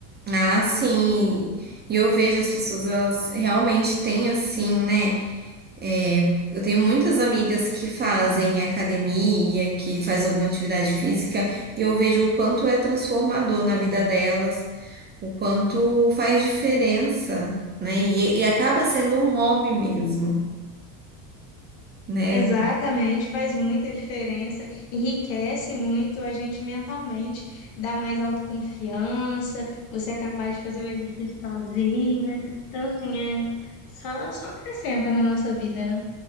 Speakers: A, on the right; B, on the left.
A: Ah, sim. E eu vejo as pessoas, elas realmente têm assim, né? É, eu tenho muitas amigas que fazem academia, que faz alguma atividade física, e eu vejo o quanto é transformador na vida delas, o quanto faz diferença, né? E, e acaba sendo um hobby mesmo, né?
B: Exatamente, faz muita diferença, enriquece muito a gente mentalmente, dá mais autoconfiança, você é capaz de fazer um exercício sozinha. Então, assim, é só, só acrescenta na nossa vida, né?